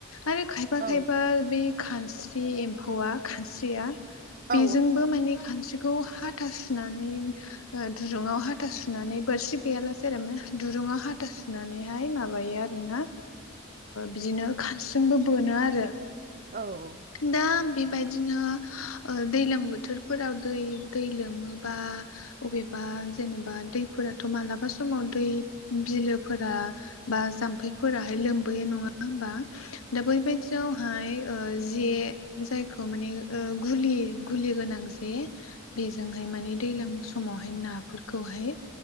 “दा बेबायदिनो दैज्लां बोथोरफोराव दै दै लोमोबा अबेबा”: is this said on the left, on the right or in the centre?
Left